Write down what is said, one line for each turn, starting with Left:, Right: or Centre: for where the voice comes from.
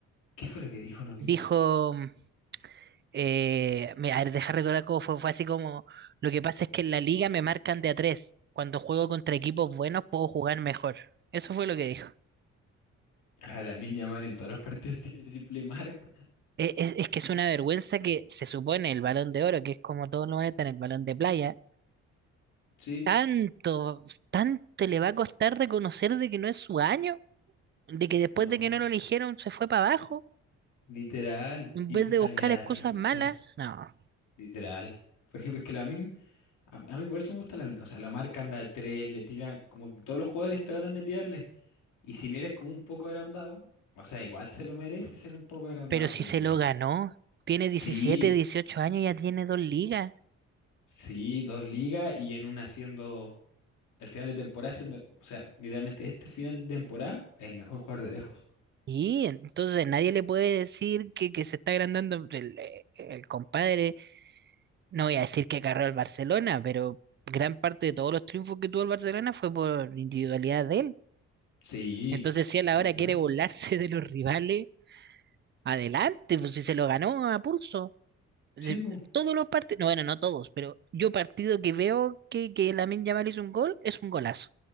Left: ¿Qué fue lo que dijo? No vi.
Right: Dijo, mm, eh, me- a ver, deja recordar cómo fue, fue así como, lo que pasa es que en la liga me marcan de a tres. Cuando juego contra equipos buenos puedo jugar mejor. Eso fue lo que dijo.
Left: A Lamine Yamal en todos los partidos <laughs> tiene triple marca.
Right: E- Es, es que es una vergüenza que se supone el Balón de Oro, que es como todos lo van a tener, el Balón de Playa,
Left: Sí,
Right: Tanto, tanto le va a costar reconocer de que no es su año, de que después
Left: no,
Right: de que no lo eligieron se fue para abajo,
Left: literal.
Right: en
Left: Y
Right: vez de
Left: a
Right: buscar
Left: mí me da
Right: excusas
Left: risa,
Right: malas. No,
Left: literal. Por ejemplo, es que la A, a mí por eso me gusta la... min- O sea, la marca anda de tres, le tira... Como que todos los jugadores tratan de tirarle. Y si vienes como un poco agrandado, o sea, igual se lo merece ser un poco agrandado,
Right: pero
Left: según
Right: si se lo
Left: yo.
Right: ganó, tiene diecisiete
Left: Sí,
Right: 18 años, ya tiene dos ligas.
Left: sí, dos ligas y en una siendo... El final de temporada siendo... O sea, literalmente este final de temporada, el mejor jugador de lejos.
Right: Y entonces nadie le puede decir que, que se está agrandando el, eh, el compadre. No voy a decir que agarró al Barcelona, pero gran parte de todos los triunfos que tuvo el Barcelona fue por individualidad de él.
Left: Sí,
Right: Entonces, si a la
Left: literal.
Right: hora quiere burlarse de los rivales, Adelante, pues si se lo ganó a pulso. Si-
Left: Sí, po.
Right: Todos los partidos, no, bueno, no todos, pero yo partido que veo que, que Lamine Yamal hizo un gol, es un golazo.